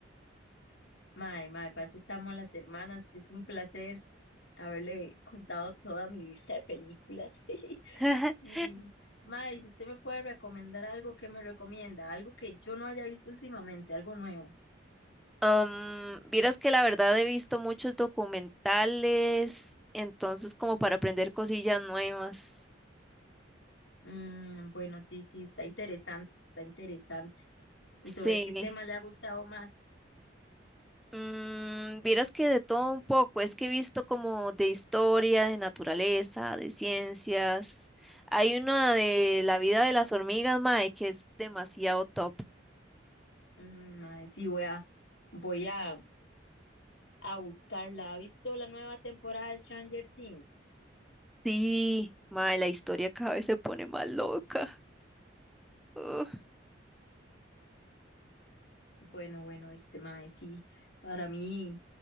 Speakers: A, on the left; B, in the centre.
A: Mae, mae, para eso estamos las hermanas. Es un placer haberle contado toda mi lista de películas. <laughs>
B: <laughs>
A: Y, mae, si usted me puede recomendar algo, ¿qué me recomienda? Algo que yo no haya visto últimamente, algo nuevo.
B: Am, vieras que la verdad he visto muchos documentales, entonces como para aprender cosillas nuevas.
A: Mm, bueno, sí, sí, está interesante, está interesante. ¿Y
B: Sí.
A: sobre qué tema le ha gustado más?
B: Mm, vieras que de todo un poco, es que he visto como de historia, de naturaleza, de ciencias. Hay una de la vida de las hormigas, mae, que es demasiado top.
A: Mm, mae, sí, voy a, voy a, a buscarla. ¿Ha visto la nueva temporada de Stranger Things?
B: Sí, mae, la historia cada vez se pone más loca. <laughs>
A: Bueno, bueno, este mae, sí, para mí